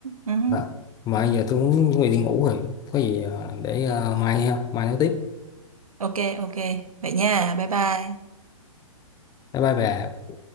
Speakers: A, on the right (about 80°); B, on the left (about 20°).
A: ừ hứ.
B: à. mà giờ tôi cũng chuẩn bị đi ngủ rồi có gì ờ, để ờ, mai ha mai nói tiếp
A: Ok, ok. Vậy nha. Bye bye.
B: bye bye bà